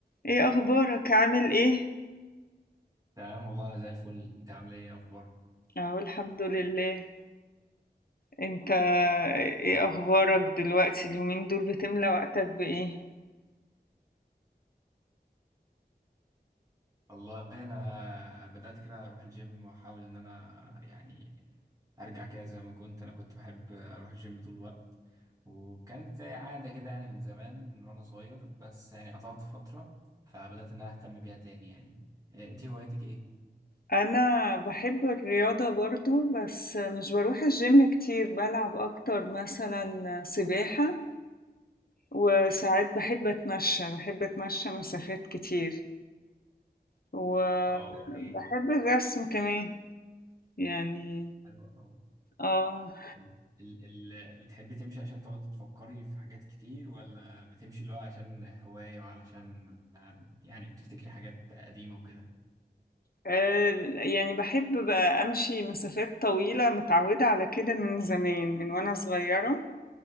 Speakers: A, on the left; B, on the right.
A: ايه اخبارك عامل ايه
B: تمام والله انا زي الفل انت عامل ايه إيه اخبارك
A: اهو الحمد لله انت ايه اخبارك دلوقتي اليومين دول بتملى وقتك بايه
B: والله انا بدات كده اروح الجيم واحاول ان انا يعني ارجع كده زي ما كنت انا كنت بحب اروح الجيم طول الوقت وكانت زي عاده كده يعني من زمان من وانا صغير بس يعني قطعت فتره فبدات ان انا اهتم بيها تاني يعني إيه، انت هواياتك ايه
A: انا بحب الرياضة برضو بس مش بروح الجيم كتير بلعب اكتر مثلا سباحة وساعات بحب اتمشى بحب اتمشى مسافات كتير وبحب
B: اه اوكي
A: الرسم كمان يعني
B: حلو أوي.
A: اه
B: ال ال ال بتحبي تمشي عشان تقعدي تفكري في حاجات كتير ولا بتمشي اللي هو عشان هواية وعلشان آه، يعني بتفتكري حاجات قديمة وكده
A: آه، يعني بحب بقى أمشي مسافات طويلة متعودة على كده من زمان من وأنا صغيرة